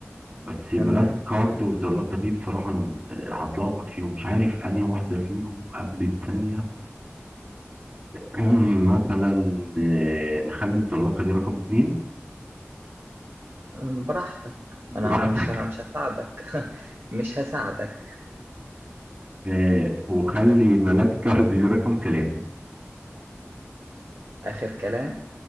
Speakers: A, on the right (about 40°); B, on the right (about 60°).
A: بس
B: تمام
A: ملاذ كارد والزلاقة دي بصراحة أنا م- آه، هتلخبط فيهم مش عارف أنهي واحدة فيهم قبل التانية <clears throat> مثلا آه، نخلي الزلاقة دي رقم اتنين
B: أم، براحتك
A: براحتك
B: انا مش ه- مش هساعدك <laughs> مش هساعدك
A: <laughs> آه، وخلي ملاذ كارد دي رقم تلاتة
B: اخر كلام